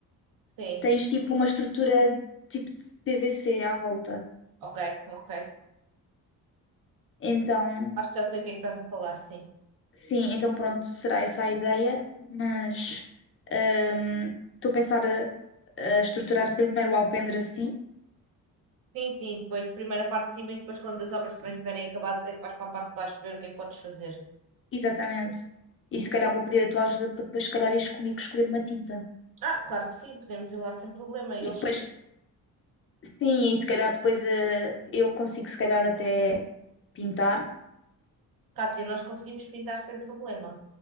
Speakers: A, on the right; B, on the left.
A: Sim,
B: tens tipo uma estrutura tipo de PVC à volta.
A: ok, ok.
B: Então
A: Acho que já sei o que é que estás a falar, sim.
B: Sim, então pronto, será essa a ideia, mas hum, estou a pensar a, a estruturar primeiro o alpendre assim,
A: Sim, sim, depois primeira parte de cima e depois quando as obras também estiverem acabadas é que vais para a parte de baixo ver o que é que podes fazer.
B: exatamente. E se calhar vou pedir a tua ajuda para depois, se calhar, ires comigo escolher uma tinta.
A: Ah, claro que sim, podemos ir lá sem problema. E Eles,
B: E depois, sim, e se calhar depois eh, eu consigo, se calhar, até pintar.
A: Cátia, nós conseguimos pintar sem problema.